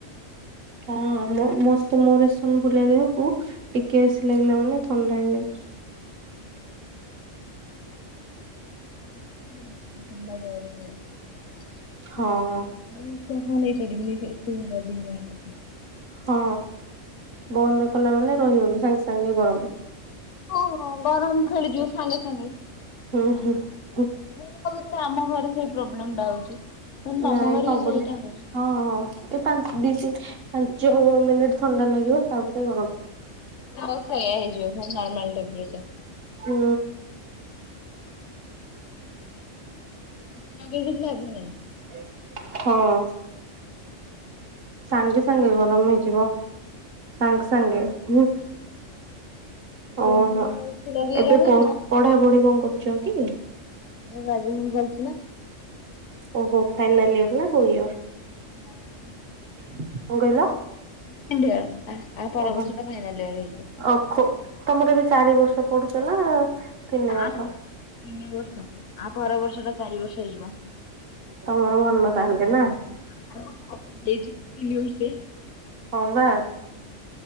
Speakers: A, on the right; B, on the left.
A: ହଁ ମୋ ମୋ ରେସନ ଫୁଲିଆ ଦେହକୁ ଟିକେ ଏସି ଲାଗିଲା ମାନେ ଥଣ୍ଡା ହେଇଯାଉଚି।
B: <unintelligible> ଥଣ୍ଡା ଜୋରେ ହବ।
A: ହଁ।
B: ମୁଁ ତ ନେଇପାରିବିନି ଏତେ ଜିନିଷ <unintelligible>
A: ହଁ ବନ୍ଦ କଲା ମାନେ ରହି ହଉନି ସାଙ୍ଗେ ସାଙ୍ଗେ ଗରମ।
B: ହଁ ଗରମ ଖେଳିଯିବ ସାଙ୍ଗେ ସାଙ୍ଗେ।
A: ହୁଁ ହୁଁ। ହୁଁ
B: ମୁଁ ଭାବୁଥିଲି ଆମ ଘରେ ସେଇ ପ୍ରୋବ୍ଲେମ ଟା ହଉଛି, କିନ୍ତୁ ତମ
A: ନାଇଁ
B: ଘରେ
A: ସବୁରି
B: ବି ସେଇଟା ହେଉଛି।
A: ହଁ ହଁ, ଏ ପାଞ୍ଚ ଦି ତିନି ପାଞ୍ଚ ମିନିଟ୍ ଥଣ୍ଡା ଲାଗିବ ତାପରେ ଗରମ।
B: ହଉ ସେଇଆ ହେଇଯିବ ନର୍ମାଲ ଟେମ୍ପରେଚର।
A: ହୁଁ।
B: ଏସି ଲଗେଇ କିଛି ଲାଭ ନାହିଁ।
A: ହଁ। ସାଙ୍ଗେ ସାଙ୍ଗେ ଗରମ ହେଇଯିବ, ସାଙ୍ଗେ ସାଙ୍ଗେ ହୁଁ
B: ଜଣଙ୍କର
A: ଓହୋ,
B: ଏସି ଲଗେଇକି
A: ଏବେ
B: ରହୁଥିବ
A: ପଢ଼ାପଢ଼ି କଣ କରୁଛନ୍ତି କି?
B: <unintelligible>
A: ଓହୋ, ଫାଇନାଲ ଇୟର ନା କୋଉ ଇୟର।
B: <inaudible>
A: କଣ କହିଲ?
B: ସେକେଣ୍ଡ ଇୟର, ତା ପର
A: ଓହୋ
B: ବର୍ଷ ଫାଇନାଲ ଇୟର ହେଇଯିବ।
A: <unintelligible> ତମର ଏବେ ଚାରି ବର୍ଷ ପଢୁଛ ନା? ତିନି
B: ନା
A: ବର୍ଷ
B: ନା, ତିନି ବର୍ଷ ଆ ପର ବର୍ଷ ଟା ଚାରି ବର୍ଷ ହେଇଯିବ।
A: ତମର ଭଲ ତାହେଲେ ନା?
B: <unintelligible>
A: ହଁ ବା,